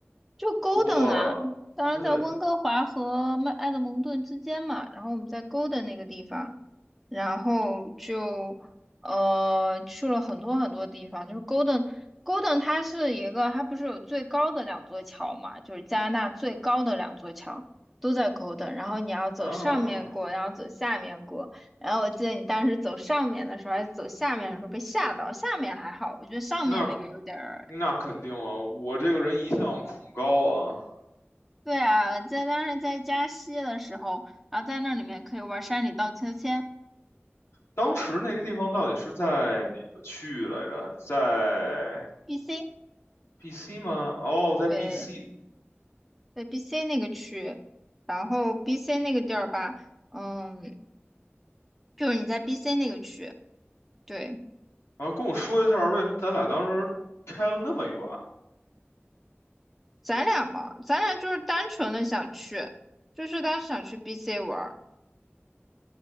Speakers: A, in the centre; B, on the left.
A: 就 g o
B: 给我，
A: 啊，当然在温哥华和曼埃德蒙顿之间嘛，
B: 对
A: 然后我们在 g o 那个地方。然后就呃去了很多很多地方，就是 Golden Golden 它是一个，它不是有最高的两座桥嘛，就是加拿大最高的两座桥都在 Golden，然后你要走上面过，
B: 啊，
A: 然后走下面过，然后我记得你当时走上面的时候还是走下面的时候被吓到，下面还好，我觉得上面那个有点儿。
B: 那那肯定啊，我这个人一向恐高啊。
A: 对啊，在当时在加西的时候，然后在那里面可以玩山里荡秋千
B: 当时那个地方到底是在哪个区域来着？在
A: ，BC。
B: BC 吗？哦，在
A: 对，
B: BC。
A: 在 BC 那个区，然后 BC 那个地儿吧，嗯，就是你在 BC 那个区，对，
B: 然后跟我说一下为什么咱俩当时开了那么远。
A: 咱俩嘛，咱俩就是单纯的想去，就是当时想去 BC 玩儿，